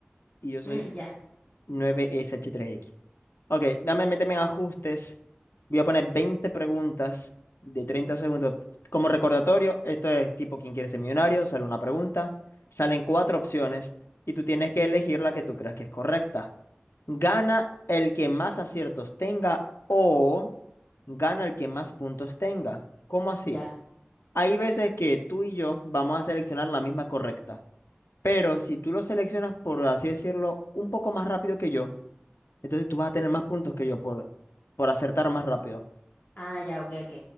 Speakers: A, on the left; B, on the left.
A: y yo soy
B: Mm, ya,
A: 9SH3X. Ok, dame, méteme en ajustes. Voy a poner 20 preguntas de 30 segundos. Como recordatorio, esto es tipo ¿Quién quiere ser millonario? Sale una pregunta, salen cuatro opciones y tú tienes que elegir la que tú creas que es correcta. Gana el que más aciertos tenga o gana el que más puntos tenga. ¿Cómo así?
B: ya.
A: Hay veces que tú y yo vamos a seleccionar la misma correcta, pero si tú lo seleccionas, por así decirlo, un poco más rápido que yo, entonces tú vas a tener más puntos que yo por, por acertar más rápido.
B: Ah, ya, ok, ok.